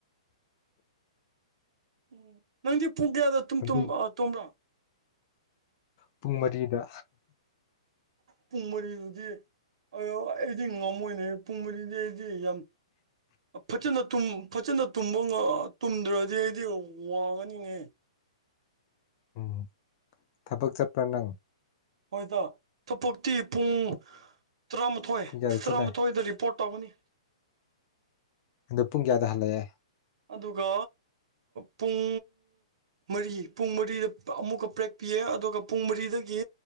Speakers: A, on the right; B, on the left.
A: ꯎꯝ ꯅꯪꯗꯤ ꯄꯨꯡ ꯀꯌꯥꯗ ꯇꯨꯝ
B: ꯍꯧꯖꯤꯛ
A: ꯇꯨꯝ꯭ꯔ
B: ꯄꯨꯡ ꯃꯔꯤꯗ
A: ꯄꯨꯡ ꯃꯔꯤꯗꯨꯗꯤ ꯑꯥ ꯑꯩꯗꯤ ꯉꯝꯃꯣꯏꯅꯦ ꯄꯨꯡ ꯃꯔꯤꯗꯤ ꯑꯩ ꯌꯥꯝ ꯐꯖꯅ ꯇꯨꯝ ꯐꯖꯅ ꯇꯨꯝꯕ ꯇꯨꯝꯗ꯭ꯔꯗꯤ ꯑꯩ ꯑꯗꯨ ꯋꯥꯡꯉꯅꯤꯅꯦ
B: ꯎꯝ ꯊꯕꯛ ꯆꯠꯄ꯭ꯔꯥ ꯅꯪ
A: ꯍꯣꯏ <unintelligible> ꯄꯨꯡ ꯇꯔꯥꯃꯥꯊꯣꯏ
B: ꯄꯨꯡ ꯀꯌꯥꯗ
A: ꯇꯔꯥꯃꯥꯊꯣꯏꯗ
B: ꯆꯠꯂꯦ
A: ꯔꯤꯄꯣꯔꯠ ꯇꯕꯨꯅꯤ
B: ꯄꯨꯡ ꯀꯌꯥꯗꯍꯜꯂꯛꯑꯦ
A: ꯑꯗꯨꯒ ꯄꯨꯡ ꯃꯔꯤ ꯄꯨꯡ ꯃꯔꯤꯗ ꯑꯃꯨꯛꯀ ꯄ꯭ꯔꯦꯛ ꯄꯤꯌꯦ ꯑꯗꯨꯒ ꯄꯨꯡ ꯃꯔꯤꯗꯒꯤ